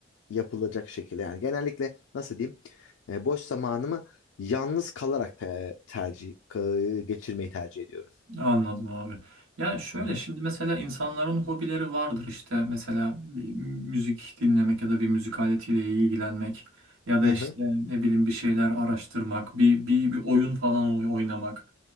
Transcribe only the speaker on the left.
yapılacak şekilde yani genellikle nasıl diyeyim e, boş zamanımı yalnız kalarak te- tercih ka- geçirmeyi tercih ediyorum.
Hı hı.
Hı
hı.